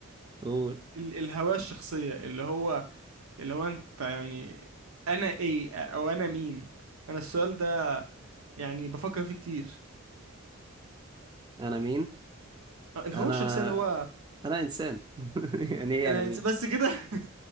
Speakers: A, on the right; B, on the right.
A: قول
B: ال- الهوية الشخصية اللي هو اللي هو انت يعني انا ايه او انا مين انا السؤال ده يعني بفكر فيه كتير
A: انا مين
B: آه، الهوية
A: انا
B: الشخصية اللي هو
A: انا انسان <laughs> يعني ايه
B: انا
A: انا مين
B: إنس- بس كده <laughs>